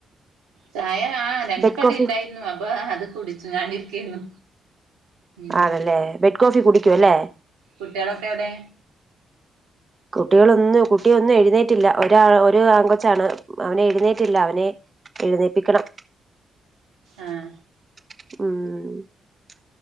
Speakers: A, on the right (about 80°); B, on the right (about 35°).
A: ചായ ആ രണ്ട്
B: ബെഡ്
A: കടി
B: കോഫി
A: ഉണ്ടായിരുന്നു അപ്പൊ അത് കുടിച്ചു ഞാണ്ടിരിക്കരുന്നു ഉം
B: ആണല്ലേ ബെഡ് കോഫി കുടിക്കും അല്ലേ
A: കുട്ടികളൊക്കെ എവിടെ
B: കുട്ടികളൊന്നും കുട്ടിയൊന്നും എഴുന്നേറ്റില്ല ഒ ഒരു ആ കൊച്ചാണ് അവനെ എഴുന്നേറ്റില്ല അവനെ എഴുന്നേപ്പിക്കണം
A: ആഹ്
B: ഉം